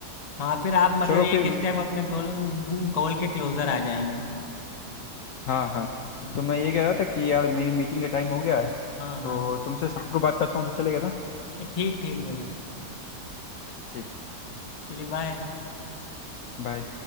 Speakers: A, on the left; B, on the left.
A: हाँ फिर आप मतलब
B: चलो
A: एक
B: फिर
A: स्टेप अपने गोल गोल के क्लोजर आ जाएंगे
B: हाँ हाँ
A: हम्म,
B: तो मैं ये कह रहा था कि यार मेरी मीटिंग का टाइम हो गया है
A: हाँ हाँ
B: तो तुमसे शाम को बात करता हूँ तो चलेगा ना
A: ठीक ठीक भैया
B: ठीक
A: चलिए बाय
B: बाय